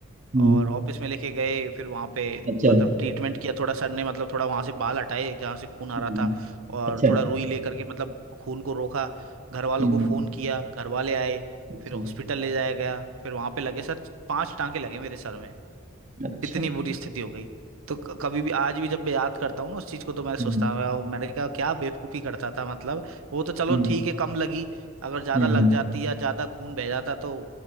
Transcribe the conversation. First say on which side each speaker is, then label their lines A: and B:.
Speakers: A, on the right; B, on the right.
A: हम्म
B: और ऑफिस में लेके गए फिर वहाँ पे
A: अच्छा
B: मतलब ट्रीटमेंट किया थोड़ा सर ने मतलब थोड़ा वहाँ से बाल हटाए जहाँ से खून आ
A: हम्म,
B: रहा था और
A: अच्छा
B: थोड़ा रुई लेकर के मतलब खून को रोका घर वालों
A: हम्म
B: को फ़ोन किया घर वाले आए
A: अच्छा
B: फिर हॉस्पिटल ले जाया गया फिर वहाँ पे लगे सर पांच टांके लगे मेरे सर में
A: अच्छा,
B: इतनी बुरी स्थिति हो गई तो क- कभी भी आज भी जब मैं याद करता हूँ ना उस चीज को तो मैं सोचता
A: हम्म
B: हूँ "वाह, मैंने कहा क्या बेवकूफी करता था मतलब वो तो चलो
A: हम्म
B: ठीक है कम लगी अगर ज्यादा
A: हम्म।
B: लग जाती या ज्यादा खून बह जाता तो